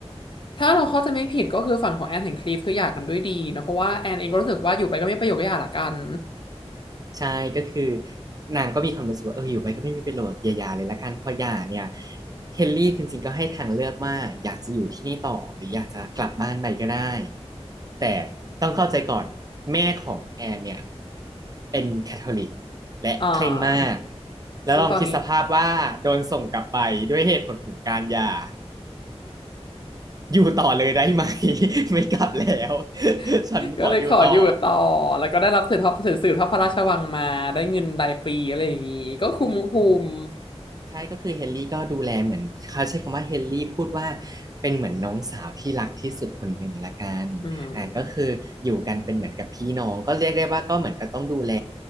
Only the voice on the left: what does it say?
ถ้าเราเข้าใจไม่ผิดก็คือฝั่งของแอนเห็นคลิปคือหย่ากันด้วยดีเนอะเพราะว่าแอนเองก็รู้สึกว่าอยู่ไปก็ไม่ประโยชน์ก็หย่าละกัน
<laughs>
อ่า
ซึ่งตอนนี้
<laughs>
ก็เลยขออยู่ต่อแล้วก็ได้รับสืบทอดสืบสืบทอดพระราชวังมาได้เงินรายปีอะไรอย่างงี้ก็คุ้มคุ้ม
อืม